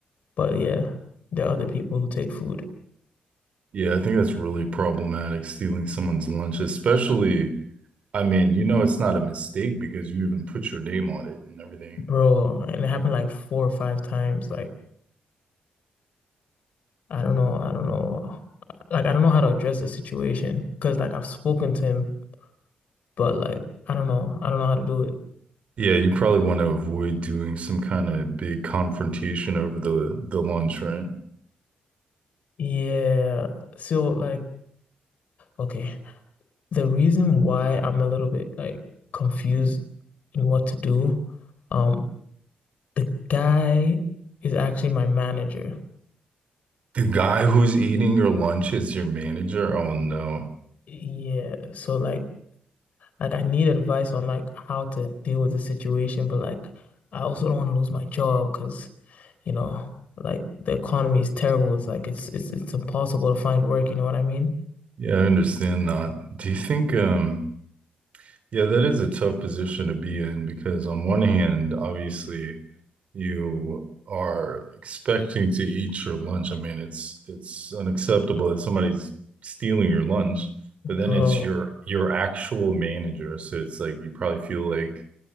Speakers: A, on the left (about 60°); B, on the right (about 50°).
A: but yeah, there are other people who take food.
B: yeah, I think that's really problematic, stealing someone's lunch, especially, I mean, you know, it's not a mistake because you even put your name on it and everything.
A: Bro, and it happened like four or five times. Like, I don't know, I don't know. Like, I don't know how to address the situation because, like, I've spoken to him, but like, I don't know, I don't know how to do it.
B: Yeah, you probably want to avoid doing some kind of big confrontation over the the lunch, right?
A: Yeah. So, like, okay. The reason why I'm a little bit like confused in what to do, um, the guy is actually my manager.
B: The guy who's eating your lunch is your manager? Oh no.
A: Yeah, so like like I need advice on like how to deal with the situation, but like I also don't want to lose my job because you know, like the economy is terrible. It's like it's it's it's impossible to find work, you know what I mean?
B: Yeah, I understand that. Do you think um Yeah, that is a tough position to be in because on one hand, obviously, you are expecting to eat your lunch. I mean, it's it's unacceptable that somebody's stealing your lunch, but then
A: Bro,
B: it's your your actual manager. So it's like you probably feel like,